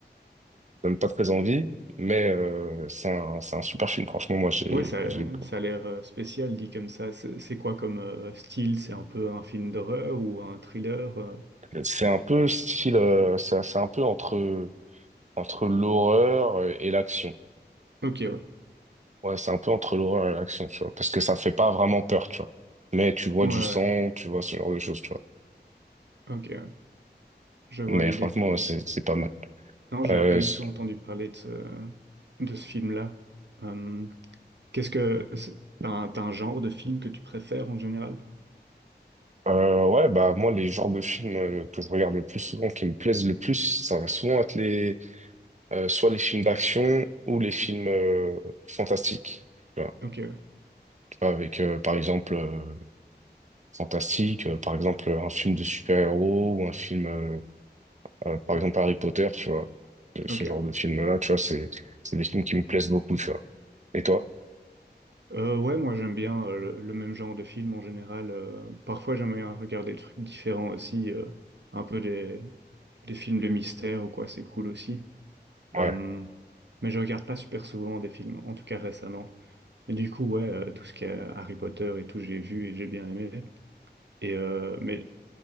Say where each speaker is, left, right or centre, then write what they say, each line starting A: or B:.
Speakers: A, on the right; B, on the right.
A: ça donne pas très envie, mais euh, c'est un, c'est un super film. Franchement, moi, j'ai,
B: Ouais, ça,
A: j'ai...
B: ça a l'air euh, spécial dit comme ça. C'est c'est quoi comme euh, style? C'est un peu un film d'horreur ou un thriller? euh
A: C'est un peu style... euh, c'est c'est un peu entre, entre l'horreur et l'action.
B: Ok, ouais.
A: Ouais, c'est un peu entre l'horreur et l'action, tu vois, parce que ça fait pas vraiment peur, tu vois. Mais tu vois
B: Ouais,
A: du
B: ouais.
A: sang, tu vois ce genre de choses, tu vois.
B: ouais. ok, ouais. Je vois
A: Mais
B: l'idée.
A: franchement, ouais, c'est c'est pas mal.
B: Non, j'avais
A: Euh,
B: pas du
A: s-
B: tout entendu parler de ce, de ce film-là. Euh, qu'est-ce que, c'est- t'as un, t'as un genre de film que tu préfères en général?
A: euh, ouais, bah moi, les genres de films euh, que je regarde le plus souvent, qui me plaisent le plus, ça va souvent être les euh, soit les films d'action ou les films euh, fantastiques. Tu vois,
B: Ok, ouais.
A: Tu vois, avec euh, par exemple euh, fantastique, euh, par exemple un film de super-héros ou un film euh, Euh, par exemple, Harry Potter, tu vois, ce ce
B: Ok, ouais.
A: genre de film-là, tu vois, c'est c'est des films qui me plaisent beaucoup, tu vois. Et toi?
B: Euh, ouais, moi j'aime bien euh, le, le même genre de film en général. euh, parfois j'aime bien regarder des trucs différents aussi, euh, un peu des, des films de mystère ou quoi, c'est cool aussi. Euh,
A: Ouais.
B: mais je regarde pas super souvent des films, en tout cas récemment. Et du coup, ouais, euh, tout ce qui est Harry Potter et tout, j'ai vu et j'ai bien aimé. Et euh, mais